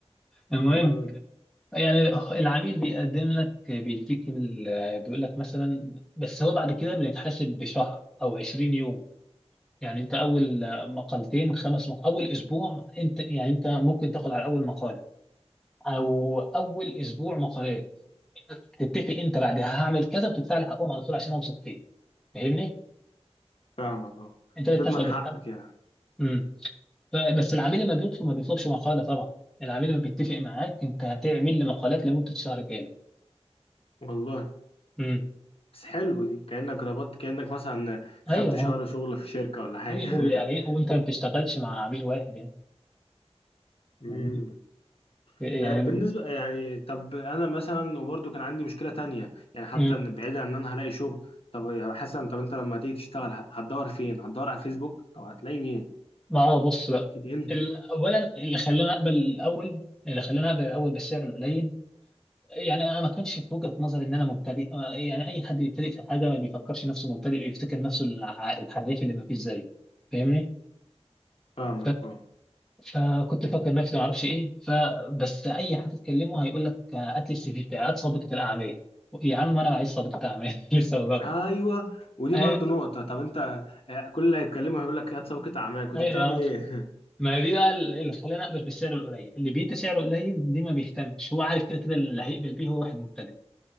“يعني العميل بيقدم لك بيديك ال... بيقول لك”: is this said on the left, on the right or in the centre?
Centre